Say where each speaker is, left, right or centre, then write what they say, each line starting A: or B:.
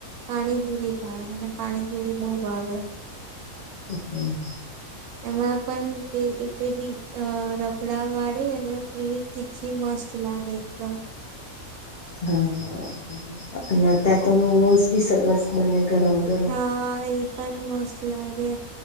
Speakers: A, on the right (about 85°); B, on the left (about 85°).
A: પાણીપુરી ભાવે મને પાણીપુરી બહુ ભાવે.
B: હમ્મ
A: એમાં પણ પેલી રગડા વાળે અને પ તીખી મસ્ત લાગે એકદમ
B: હા અને ત્યાં તો મોમોઝ બી સરસ મને ગરમ ગરમ
A: હા એ પણ મસ્ત લાગે